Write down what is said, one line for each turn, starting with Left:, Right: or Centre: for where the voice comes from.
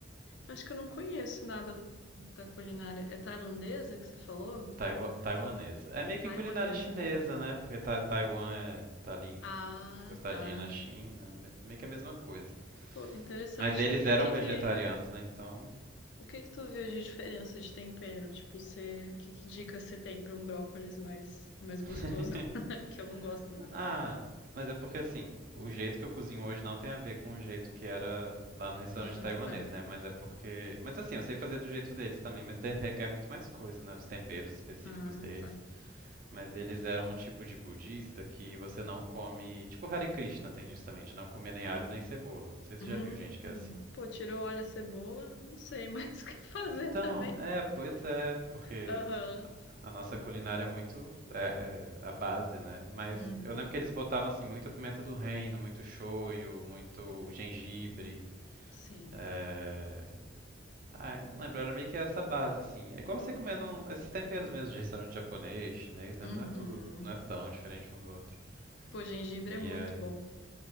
Left: Acho que eu não conheço nada da culinária. É tailandesa que você falou?
Right: Taiwa- taiwanesa. É meio que
Left: Taiwanesa.
Right: culinária chinesa, né? Porque ta Taiwan é, tá ali
Left: Ah,
Right: Costadinha
Left: tá.
Right: na China, me- meio que a mesma coisa.
Left: Pô, que interessante.
Right: Mas eles
Left: E
Right: eram
Left: o que
Right: vegetarianos,
Left: que
Right: né? Então.
Left: O que que tu viu de diferença de tempero? Tipo, você, que, que dicas você tem pra um brócolis mais, mais gostoso?
Right: <laughs>
Left: <laughs> Porque eu não gosto muito, não.
Right: Ah, mas é porque assim, o jeito que eu cozinho hoje não tem a ver com o jeito que era lá no restaurante
Left: Ah,
Right: taiwanês,
Left: tá.
Right: né? Mas é porque. Mas assim, eu sei fazer do jeito deles também, mas de- requer muito mais coisa, né? Os temperos específicos
Left: Ah,
Right: deles.
Left: tá.
Right: Mas eles eram um tipo de budista que você não come. Tipo Hare Krishna tem disso também, de não comer nem alho nem cebola. Não sei se
Left: Hum,
Right: você já viu gente que é assim.
Left: pô, tirou óleo e cebola, não sei mais <laughs> o que fazer
Right: Então,
Left: também.
Right: é, pois é, porque
Left: Aham.
Right: A nossa culinária é muito é, é a base, né? Mas
Left: Uhum.
Right: eu lembro que eles botavam assim muita pimenta do reino, muito shoyu, muito gengibre.
Left: Sim.
Right: É... Ai, não lembro, era meio que essa base assim. É igual você comendo um- esses temperos mesmo de restaurante japonês, chinês, né?
Left: Uhum.
Right: Não é tudo, não é tão diferente um do outro.
Left: Pô, gengibre
Right: E
Left: é muito
Right: aí,
Left: bom.